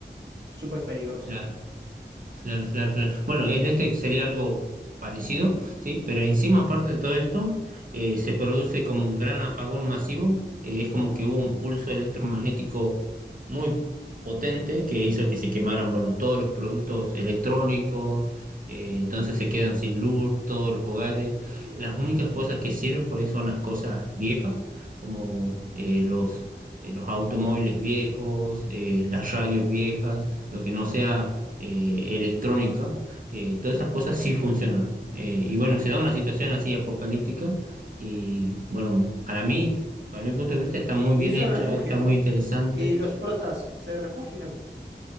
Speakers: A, on the right; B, on the right.
A: súper peligrosa.
B: claro. Claro, claro, claro. Bueno, en este sería algo parecido, ¿sí? Pero encima, aparte de todo esto, eh, se produce como un gran apagón masivo. Eh, es como que hubo un pulso electromagnético muy potente que hizo que se quemaran, bueno, todos los productos electrónicos. eh, entonces se quedan sin luz todos los hogares.
A: Dios mío.
B: Las únicas cosas que sirven por ahí son las cosas viejas, como eh, los, eh, los automóviles viejos, eh, las radios viejas, lo que no sea eh, electrónica, eh, todas esas cosas sí funcionan. Eh, y bueno, se da una situación así apocalíptica y bueno, para mí, para mi punto de vista, está muy
A: Y
B: bien
A: se
B: hecha,
A: refugian.
B: está muy interesante.
A: Y los protas se refugian.